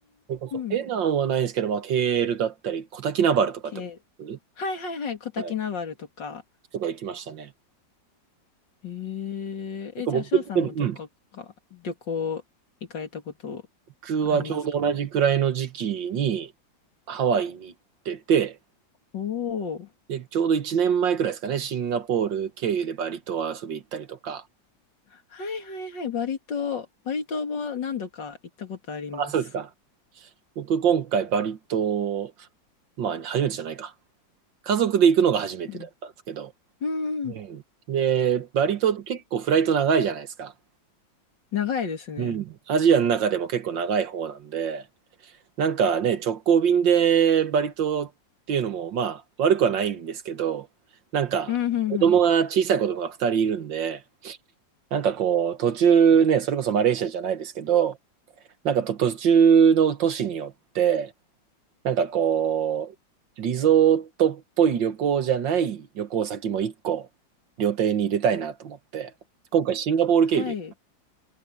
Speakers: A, on the right; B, on the left.
A: それこそペナンはないんですけど、
B: ん、
A: まあ、ケーエルだったり、コタキナバルとかってこと
B: ケール。はいはいはい、コタキナバルとか、
A: はい。とか行きましたね。
B: えー、え、
A: 結構僕って、
B: じゃあ、翔さんも旅行か、
A: うん。
B: 旅行行かれたこと
A: 僕はちょうど同じくらいの時期にハワイに行ってて、
B: ありますかおおー。
A: で、ちょうど1年前くらいですかね、シンガポール経由でバリ島遊び行ったりとか。
B: はいはいはい。バリ島、バリ島も何度か行ったことあります。
A: あ、そうですか。僕今回バリ島、まあ初めてじゃないか。家族で行くのが初めてだったんですけど。
B: うん。うんうん。
A: うん。で、バリ島って結構フライト長いじゃないですか。
B: 長いですね。
A: うん。アジアの中でも結構長い方なんで、なんかね、直行便でバリ島っていうのも、まあ悪くはないんですけど、なんか子供が、
B: うんうんうん。
A: 小さい子供が2人いるんで、なんかこう、途中ね、それこそマレーシアじゃないですけど、なんかと途中の都市によって、なんかこう、リゾートっぽい旅行じゃない旅行先も一個、旅程に入れたいなと思って、今回シンガポール経由で。
B: はい。